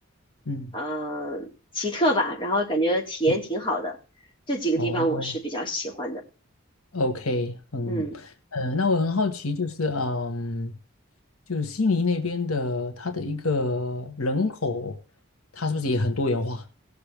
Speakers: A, on the left; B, on the left.
A: 嗯
B: 呃奇特吧，然后感觉体验挺好的，
A: 嗯，
B: 这几个地方我是比较喜欢的，
A: 哦，OK，嗯呃，
B: 嗯。
A: 那我很好奇，就是嗯，就是悉尼那边的它的一个人口，它是不是也很多元化？